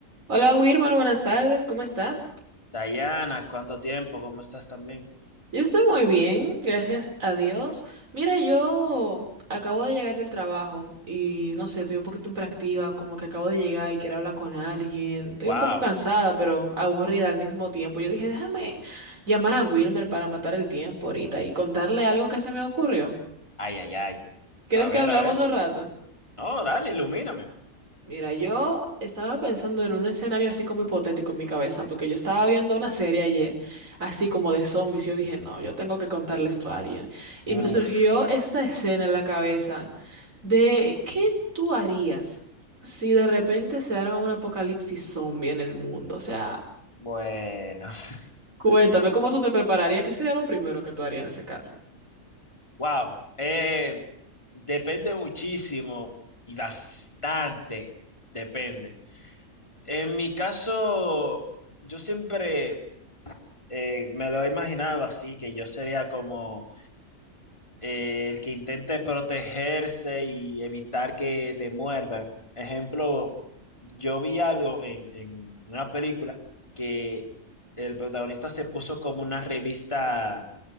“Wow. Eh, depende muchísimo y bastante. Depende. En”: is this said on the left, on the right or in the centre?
Left